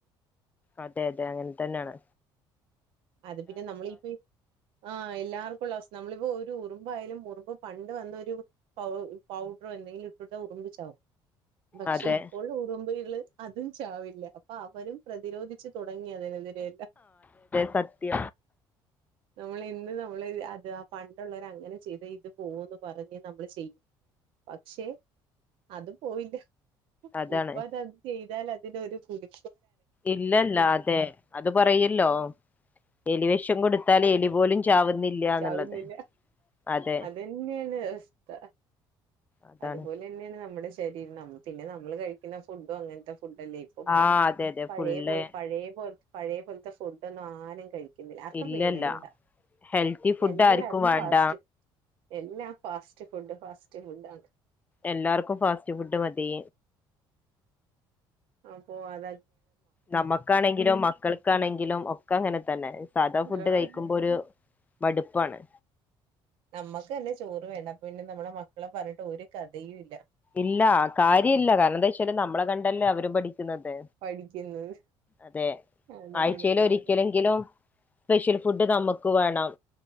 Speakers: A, on the left (about 20°); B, on the right (about 70°).
A: അതെ അതെ അങ്ങൻതന്നെണ്
B: അത് പിന്നെ നമ്മളി പ്പ ഇ ആ എല്ലാർക്കുള്ള അസ് നമ്മളിപ്പോ ഒരു ഉറുമ്പയാലും ഉറുമ്പ് പണ്ട് വന്നൊരു പൗ പൗഡറോ എന്തെങ്കിലും ഇട്ട്ട്ട് ഉറുമ്പ ച്ചാവും പക്ഷെ
A: അതെ
B: ഇപ്പോൾ ഉറ്മ്പ്കള് അതും ചാവില്ല അപ്പൊ അവരും പ്രതിരോധിച്ച് തുടങ്ങ തുടങ്ങിയതിനെതിരെ
A: സത്യ
B: നമ്മള് എന്ത് നമ്മള് അത് ആ പണ്ടുള്ളവർ അങ്ങനെ ചെയ്താ ഇത് പോവന്ന് പറഞ്ഞ നമ്മള് ചെയ്യും പക്ഷെ അത് പോയില്ല
A: അതാണ്
B: ഇപ്പൊ അതത് ചെയ്താൽ അതിനൊരു കുടി
A: ഇല്ലല്ല അതെ അത് പറയില്ലോ എലി വിഷം കൊടുത്താൽ എലി പോലും ചാവുന്നില്ല എന്നുള്ളത്
B: ചവിന്നില്ല
A: അതെ
B: അതന്നെയാണ് അവസ്ഥ
A: അതാണ്
B: അതുപോലെ തന്നെയാണ് നമ്മുടെ ശരീരം പിന്നെ നമ്മള് കഴിക്കുന്ന ഫുഡോ അങ്ങനത്തെ ഫുഡ്ല്ലേ ഇപ്പം
A: ആ
B: ഉ
A: അതെ അതെ
B: പഴയെ
A: ഫുള്ള്
B: പഴയ പോലത്തെ പഴയ പോലത്തെ ഫുഡൊന്നും ആരും കഴിക്കും. ന്നില്ല ആർക്കും
A: ഇല്ലല്ല
B: വേണ്ട
A: ഹെൽത്തി ഫുഡ്
B: എല്ലാർക്കും
A: ആർക്കും വേണ്ട
B: ഫാസ്റ്റ് എല്ലാം ഫാസ്റ്റ് ഫുഡ് ഫാസ്റ്റ് ഫുഡ് ആ
A: എല്ലാർക്കും ഫാസ്റ്റ് ഫുഡ് മതി.
B: ആപ്പ അത
A: നമ്മക്കാണെങ്കിലും മക്കൾക്കാണെങ്കിലും ഒക്കെ അങ്ങനെ തന്നെ. സാധാ ഫുഡ്
B: ആഹ്
A: കഴിക്കുമ്പോ ഒരു മടുപ്പാണ്.
B: നമ്മുക്ക് തന്നെ ചോറ് വേണ്ട, പിന്നെ നമ്മുടെ മക്കളെ പറഞ്ഞിട്ട് ഒരു കഥയു ഇല്ല.
A: ഇല്ല കാര്യം ഇില്ല കാരണം എന്താ വെച്ചല് നമ്മളെ കണ്ടല്ലേ അവര പഠിച്ച ക്കണത്
B: പഠിക്കുന്നത്
A: അതെ
B: അതാണ്
A: ആഴ്ചയിലോ
B: ആഹ്
A: ഒരിക്കലെങ്കിലും സ്പെഷ്യൽ ഫുഡ് നമുക്ക് വേണം